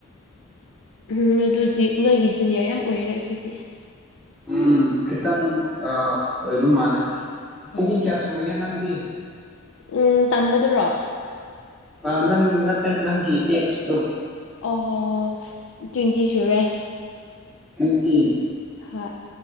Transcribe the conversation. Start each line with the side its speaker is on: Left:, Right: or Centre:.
Left: ꯎꯝ ꯑꯗꯨꯗꯤ ꯅꯣꯏꯒꯤ ꯖꯨꯅꯤꯌꯔ ꯌꯥꯝ ꯑꯣꯏꯔꯦ ꯑꯩꯈꯣꯏꯗꯤ
Centre: ꯎꯝ ꯈꯤꯇꯪ ꯑꯣꯏꯕ ꯃꯥꯜꯂꯦ ꯆꯍꯤ
Left: ꯎꯝ
Centre: ꯀꯌꯥ ꯁꯨꯔꯤꯒꯦ ꯅꯪꯗꯤ
Left: ꯎꯝ ꯇꯝꯕꯗꯨꯔꯣ
Centre: ꯑ ꯅꯪ ꯅꯠꯇꯦ ꯅꯪ ꯌꯦꯠꯗꯨ
Left: ꯑꯣ ꯇ꯭ꯋꯦꯟꯇꯤ ꯁꯨꯔꯦ
Centre: ꯇ꯭ꯋꯦꯟꯇ
Left: ꯍꯥ